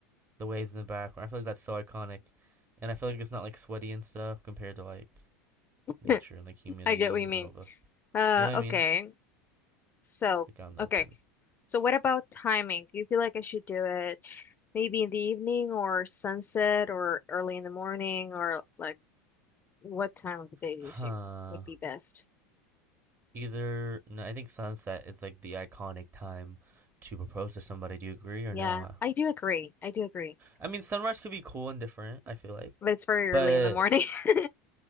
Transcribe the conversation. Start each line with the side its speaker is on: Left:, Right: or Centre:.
Right: the waves in the background. I feel like that's so iconic. And I feel like it's not like sweaty and stuff compared to like
Left: <laughs>
Right: nature and like humidity
Left: I get what
Right: in
Left: you
Right: the
Left: mean.
Right: middle of a
Left: Uh,
Right: You know what
Left: okay.
Right: I mean?
Left: So,
Right: It's like out in the
Left: okay.
Right: open.
Left: So what about timing? Do you feel like I should do it maybe in the evening or sunset or early in the morning or like what time of the day do
Right: Huh.
Left: you think would be best?
Right: Either no, I think sunset is like the iconic time to propose to somebody. Do you agree or
Left: Yeah,
Right: no?
Left: I do agree. I do agree.
Right: I mean, sunrise could be cool and different, I feel like.
Left: But it's very early
Right: But
Left: in the morning. <laughs>